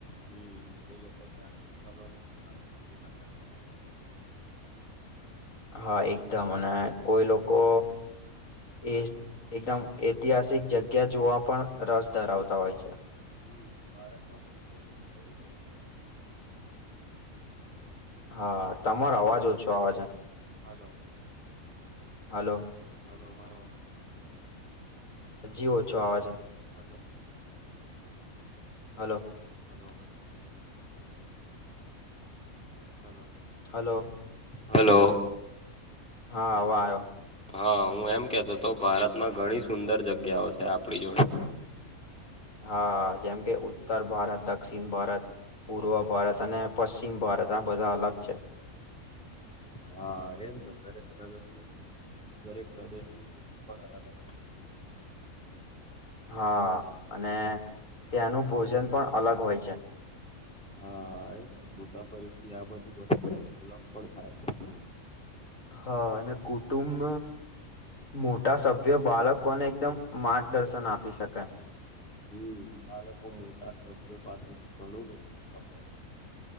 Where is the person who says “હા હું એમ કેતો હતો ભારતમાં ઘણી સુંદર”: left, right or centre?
Centre